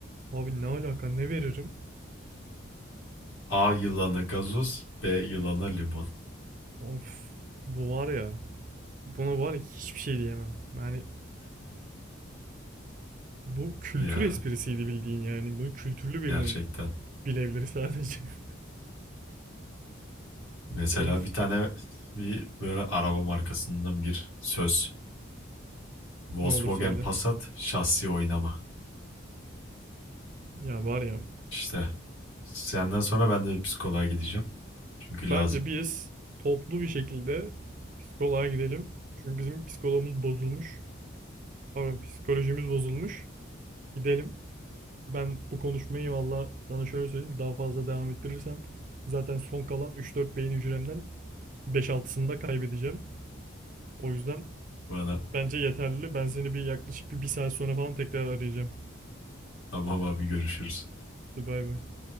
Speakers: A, on the right; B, on the left.
A: Abi ne alaka ne veririm?
B: A yılanı gazoz, B yılanı limon.
A: Of bu var ya Buna var ya hiçbir şey diyemem. Yani bu kültür
B: Ya
A: esprisiydi bildiğin yani. Bunu kültürlü birinin
B: gerçekten.
A: bilebilir sadece. <laughs>
B: Mesela
A: of
B: bir tane bir böyle araba markasından bir söz. Volkswagen
A: ne olur söyle.
B: Passat şahsi oynama.
A: Ya var ya
B: İşte senden sonra ben de bir psikoloğa gideceğim. Çünkü
A: bence
B: lazım.
A: biz toplu bir şekilde psikoloğa gidelim. Çünkü bizim psikologumuz bozulmuş. Pardon psikolojimiz bozulmuş. Gidelim. Ben bu konuşmayı valla sana şöyle söyleyeyim. Daha fazla devam ettirirsem zaten son kalan üç dört beyin hücremden beş 6sını da kaybedeceğim. O yüzden
B: Bana
A: Bence yeterli. Ben seni bir yaklaşık bir, bir saat sonra falan tekrar arayacağım.
B: tamam abi görüşürüz.
A: Hadi bay bay.